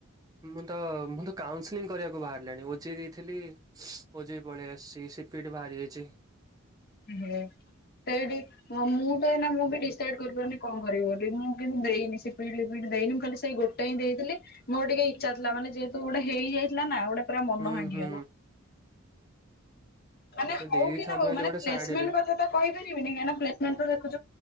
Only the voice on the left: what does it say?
ହୁଁ ସେଇଠି ହଁ ମୁଁ ତ ଏନା ମୁଁ ବି ଡିସାଇଡ କରିବନି କଣ କରିବି ବୋଲି ମୁଁ କିନ୍ତୁ ଦେଇନି ସେ ପ ଦେଇନିଁ ଖାଲି ସେଇ ଗୋ ଟେ ହିଁ ଦେଇଥିଲ ମୋର ଟିକେ ଇଚ୍ଛା ଥିଲାନ ଯେହେତୁ ଗୋଟେ ହେଇଯାଇଥିଲା ନା ଗୋଟେ ପୁରା ମନ
ଭାଙ୍ଗିଗଲା।
ମାନେ
ହଉ
କି ନ ହଉ
ମାନେ
ପ୍ଲେସମେଣ୍ଟ
କଥା ତ କହିପାରିବିନି କାଁଣ ପ୍ଲେସ୍ ମେଣ୍ଟ ଦେଖୁ